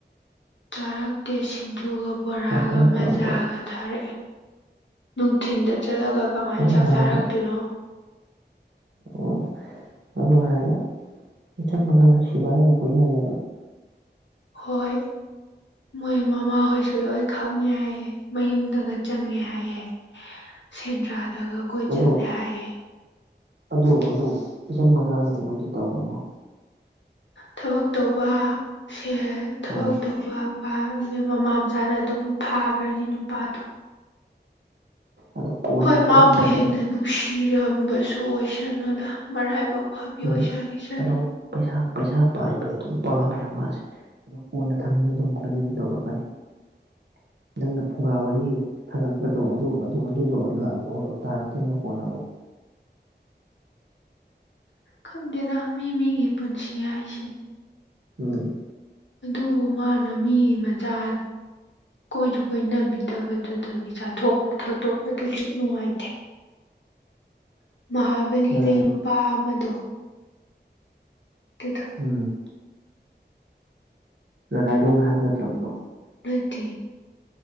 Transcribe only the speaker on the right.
ꯆꯥꯛ ꯆꯥꯔꯛꯇ꯭ꯔꯣ
ꯑꯗ
ꯑꯗꯨ
ꯍꯥꯏꯔꯒ
ꯑꯣ ꯑꯗꯨ ꯍꯥꯏꯕ ꯏꯆꯟꯗꯨꯒ <unintelligible> ꯀꯣꯏꯅꯔꯦ
ꯑꯗꯣ
ꯑꯗꯨ ꯑꯗꯨ ꯏꯆꯟ ꯃꯆꯥꯗ ꯀꯩꯅꯣꯝꯇ ꯇꯝꯃꯝꯃꯣ
ꯑꯥ
ꯑꯗꯣ ꯀꯣꯟꯅ
ꯈꯪꯉꯦꯕ
ꯎꯝ ꯑꯗꯣ ꯄꯩꯁꯥ ꯄꯩꯁꯥ ꯄꯥꯏꯕꯗꯤ ꯑꯗꯨꯝ ꯄꯥꯝꯃꯦ ꯍꯥꯏꯕ ꯃꯥꯁꯦ ꯑꯗꯣ ꯀꯣꯟꯅ ꯊꯪꯗ ꯑꯗꯨꯝ ꯀꯩꯅꯣꯗꯤ ꯇꯧꯔꯛꯀꯅꯤ <inaudible> ꯅꯪꯅ ꯐꯨꯡꯒꯥ ꯋꯥꯔꯤ ꯊꯥꯒꯠꯂꯛꯄꯗꯣ ꯑꯗꯨ ꯑꯗꯨꯗꯣ <unintelligible> ꯇꯥꯔꯛꯇꯣꯏꯅꯦ ꯀꯣꯟꯅ ꯑꯃꯨꯛ <inaudible>
ꯎꯝ
<inaudible>
ꯎꯝ
ꯎꯝ ꯔꯒꯥꯏꯂꯣꯡ ꯍꯥꯏꯕ ꯅꯠꯇ꯭ꯔꯣ ꯑꯗꯨꯗꯣ